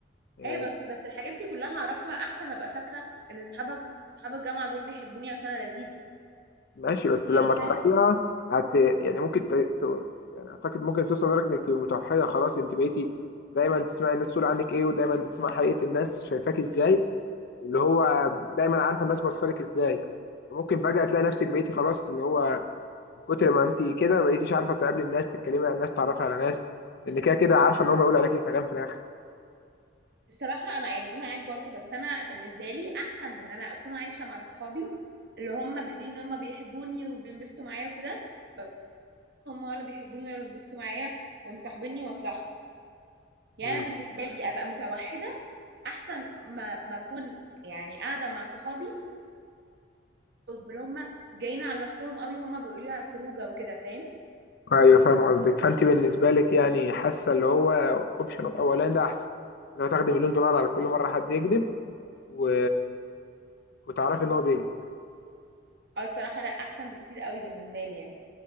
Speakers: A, on the left; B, on the right.
A: إيه،
B: ايوه بس بس الحاجات دي كلها اعرفها احسن ما ابقى فاكره ان اصحاب اصحاب الجامعه دول بيحبوني عشان انا لذيذه
A: ماشي بس
B: يعني
A: لما
B: فاهم
A: تعرفيها هت يعني ممكن ت... ت... يعني اعتقد ممكن توصل لدرجه انك تبقي متوحده خلاص انت بقيتي دايما تسمعي الناس تقول عنك ايه ودايما بتسمعي حقيقه الناس شايفاك ازاي اللي هو دايما عارفه الناس بصلك ازاي ممكن فجاه تلاقي نفسك بقيتي خلاص اللي هو من كتر ما انت كده بقيتيش عارفه تقابلي الناس تتكلمي عن الناس تعرفي على ناس لان كده كده عارفه ان هم يقولوا عليكي كلام في الاخر
B: الصراحة أنا هيجي معاك برضو بس أنا بالنسبة لي أحسن من إن أنا أكون عايشة مع صحابي اللي هم بيقولوا لي إن هم بيحبوني وبينبسطوا معايا وكده بس هم ولا بيحبوني ولا بينبسطوا معايا ومصاحبيني مصلحة يعني
A: مم.
B: أنا بالنسبة لي أبقى متوحدة أحسن ما ما أكون يعني قاعدة مع صحابي واللي هم جايين على نفسهم قوي هم بيقولوا لي على الخروجة وكده فاهم
A: ايوه فاهم قصدك فانت بالنسبه لك يعني حاسه اللي هو اوبشن اولان ده احسن لو تاخدي مليون دولار على كل مره حد يكذب و... وتعرفي ان هو بيكذب
B: أو الصراحة لا أحسن بكتير قوي بالنسبة لي يعني